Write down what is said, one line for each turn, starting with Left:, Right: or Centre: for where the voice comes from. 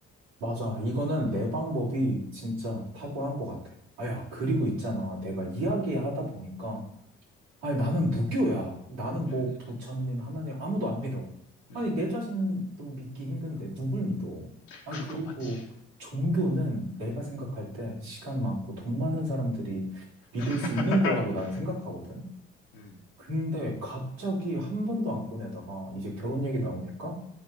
Right: 맞아. 이거는 내 방법이 진짜 탁월한 것 같아.
Left: 음,
Right: 아, 야, 그리고 있잖아. 내가 이야기하다
Left: 음,
Right: 보니까. 아니, 나는 무교야. 나는
Left: 음,
Right: 뭐
Left: 음,
Right: 부처님,
Left: 음,
Right: 하나님, 아무도 안 믿어.
Left: 음.
Right: 아니, 내 자신도 믿기 힘든데, 누굴 믿어? 아,
Left: 그거
Right: 그리고
Left: 맞지.
Right: 종교는 내가 생각할 때 시간 많고 돈 많은 사람들이 믿을
Left: <laughs>
Right: 수 있는 거라고 난 생각하거든?
Left: 음,
Right: 근데 갑자기 한 번도 안 꺼내다가 이제 결혼 얘기
Left: 음,
Right: 나오니까